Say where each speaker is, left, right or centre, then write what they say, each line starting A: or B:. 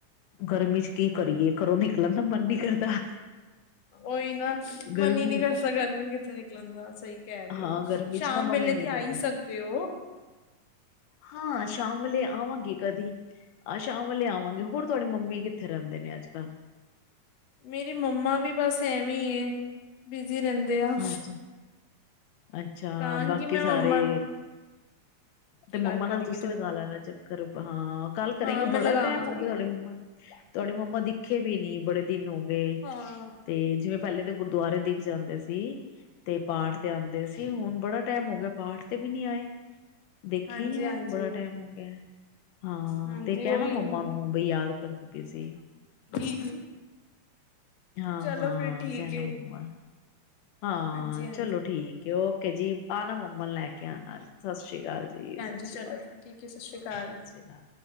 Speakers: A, on the left; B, on the left.
A: ਗਰਮੀ ਚ' ਕੀ ਕਰੀਏ ਘਰੋਂ ਨਿਕਲਣ ਦਾ ਮਨ ਨੀ ਕਰਦਾ।
B: ਉਹੀ ਨਾ।
A: ਗਰਮੀ
B: ਮਨ ਹੀ ਨਹੀਂ ਕਰ ਸਕ ਗਰਮੀ ਚ' ਕਿੱਥੇ ਨਿਕਲਣ ਦਾ। ਸਹੀ। ਕਹਿ ਦਿਓ,
A: ਹਾਂ ਗਰਮੀ
B: ਸ਼ਾਮ
A: ਚ ਨਾ ਮਨ
B: ਵੇਲੇ
A: ਹੀ ਨਹੀਂ
B: ਤੇ
A: ਕਰਦਾ
B: ਆਈ
A: ਨੇ
B: ਸਕਦੇ ਹੋ।
A: ਹਾਂ, ਸ਼ਾਮ ਵੇਲੇ ਆਵਾਂਗੀ ਕਦੀ। ਆਹ ਸ਼ਾਮ ਵੇ ਆਵਾਂਗੇ। ਹੋਰ ਤੁਹਾਡੀ ਮੰਮੀ ਕਿੱਥੇ ਰਹਿੰਦੇ ਨੇ ਅੱਜ ਕੱਲ੍ਹ?
B: ਮੇਰੀ ਮੰਮਾ ਵੀ ਬਸ ਐਵੇਂ ਬਿਜ਼ੀ ਰਹਿੰਦੇ ਆ।
A: ਹਾਂਜੀ ਅੱਛਾ।
B: ਕਹਾਂਗੀ
A: ਬਾਕੀ
B: ਮੈਂ
A: ਸਾਰੇ
B: ਮੰਮਾ ਨੂੰ ਕੀ
A: ਤੇ ਮੰਮਾ
B: ਗੱਲ ਕਰੇਗੀ
A: ਨਾਲ ਤੁਸੀਂ
B: ਤੁਹਾਨੂੰ
A: ਲਗਾ ਲੈਣਾ ਚੱਕਰ ਹਾਂ। ਕੱਲ ਕਰੇਗੇ।
B: ਹਾਂ ਮੈਂ
A: ਬੜਾ
B: ਲਗਾਵਾਂਗੀ।
A: ਟਾਈਮ ਹੋ ਗਿਆ ਤੁਹਾਡੇ ਮੰਮਾ ਤੁਹਾਡਡੀ ਮੰਮਾ ਦਿਖੇ ਵੀ ਨੀ, ਬੜੇ ਦਿਨ ਹੋ ਗਏ।
B: ਹਾਂ
A: ਤੇ ਜਿਵੇਂ ਪਹਿਲੇ ਤਾਂ ਗੁਰਦੁਆਰੇ ਦੀਖ ਜਾਂਦੇ ਸੀ। ਤੇ ਪਾਠ ਤੇ ਆਉਂਦੇ ਸੀ। ਹੁਣ ਬੜਾ ਟਾਈਮ ਹੋ ਗਿਆ ਪਾਠ ਤੇ ਵੀ ਨੀ ਆਏ। ਦੇਖੀ
B: ਹਾਂਜੀ
A: ਨੀ ਮੈਂ,
B: ਹਾਂਜੀ
A: ਬੜਾ ਟਾਈਮ ਹੋ ਗਿਆ। ਹਾਂ।
B: ਹਾਂਜੀ
A: ਤੇ ਕਹਿਣਾ
B: ਉਹੀ
A: ਮੰਮਾ ਨੂੰ ਬਈ ਯਾਦ ਕਰਦੀ ਪਈ ਸੀ।
B: ਕੀ ਗੱਲ।
A: ਹਾਂ-ਹਾਂ
B: ਚਲੋ, ਫੇਰ ਠੀਕ।
A: ਕਹਿਣਾ ਮੰਮਾ ਹਾਂ,
B: ਹਾਂਜੀ ਹਾਂਜੀ
A: ਚਲੋ ਠੀਕ ਹੈ। ਓਕੇ ਜੀ। ਆਣਾ ਮੰਮਨ ਲੈ ਕੇ ਆਣਾ। ਸਤਿ ਸ੍ਰੀ ਅਕਾਲ ਜੀ।
B: ਜੀ
A: ਸ੍ਰੀ
B: ਚਲੋ
A: ਅਕਾਲ
B: ਫਿਰ ਠੀਕ ਹੈ। ਸਤਿ ਸ਼੍ਰੀ ਅਕਾਲ।
A: ਸਤਿ ਸ੍ਰੀ ਅਕਾਲ